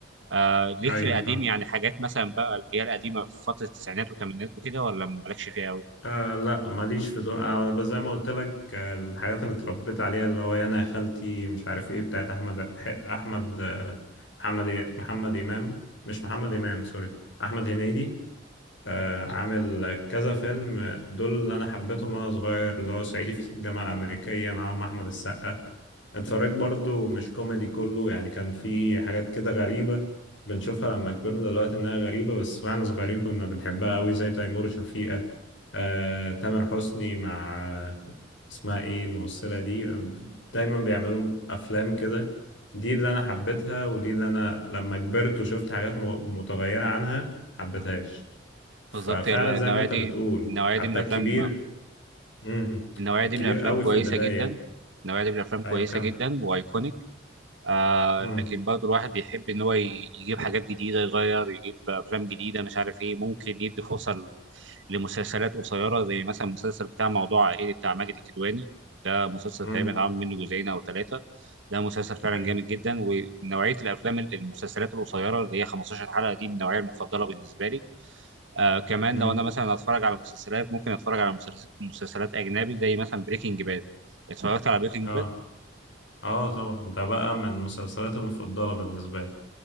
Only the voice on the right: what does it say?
آه ليك
في القديم
يعني حاجات مثلا بقى اللي هي القديمة في فترة التسعينات والثمانينات وكده ولا مالكش فيها قوي
بالظبط هي النوعية
دي
النوعية
دي من الأفلام
النوعية
دي من الأفلام
كويسة
جدا النوعية دي من الأفلام كويسة
جدا وأيكونيك آه
لكن برضو الواحد بيحب ان هو ي- يجيب حاجات جديده يغير يجيب افلام جديده مش عارف ايه ممكن يدي فرصه ل- لمسلسلات قصيره زي مثلا المسلسل بتاع موضوع عائلي بتاع ماجد الكدواني ده مسلسل
تقريبا اتعمل منه جزئين او ثلاثه ده مسلسل فعلا
جامد جدا ونوعيه الافلام ال- المسلسلات القصيره اللي هي 15 حلقه دي من النوعيه المفضله بالنسبه لي آه كمان
لو انا مثلا هتفرج على مسلسلات ممكن اتفرج على مسلس- مسلسلات اجنبي زي مثلا بريكنج باد اتفرجت على بريكنج
باد